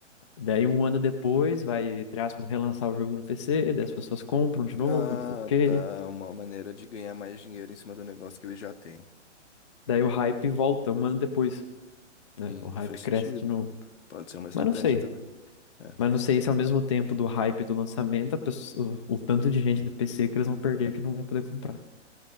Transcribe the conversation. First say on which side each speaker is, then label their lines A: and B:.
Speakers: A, on the left (about 25°); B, on the left (about 70°).
A: Daí um ano depois vai, entre aspas, relançar o jogo no PC, daí as pessoas compram de novo,
B: Ah,
A: não sei o quê.
B: tá. Uma maneira de ganhar mais dinheiro em cima do negócio que ele já tem.
A: Daí o hype volta um ano depois, né?
B: Sim,
A: O hype
B: faz
A: cresce
B: sentido.
A: de novo.
B: Pode ser uma estratégia
A: Mas não sei.
B: também. É,
A: Mas não sei se ao mesmo tempo do hype do lançamento, a pessoa- o o tanto de gente do PC que eles vão perder que não vai poder comprar.